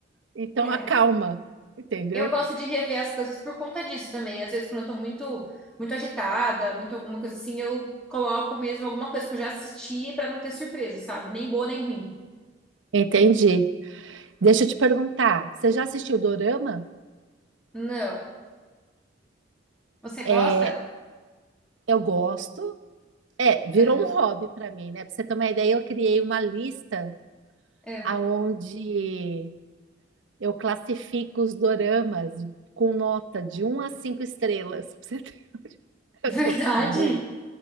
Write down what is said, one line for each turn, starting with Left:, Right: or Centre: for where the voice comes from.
Right: Então
Centre: É.
Right: acalma, entendeu?
Centre: Eu gosto de rever as coisas por conta disso também. Às vezes, quando eu tô muito, muito agitada, muito alguma coisa assim, eu coloco mesmo alguma coisa que eu já assisti pra não ter surpresa, sabe? Nem boa, nem ruim.
Right: Entendi. Deixa eu te perguntar, você já assistiu Dorama?
Centre: Não. Você
Right: É,
Centre: gosta?
Right: eu gosto. É, virou
Centre: É,
Right: um hobby para mim, né? Para você ter uma ideia, eu criei uma lista
Centre: é.
Right: aonde eu classifico os doramas com nota de um a 5 estrelas. <laughs> Pra você ter- Eu
Centre: <laughs> Verdade?
Right: tô doida.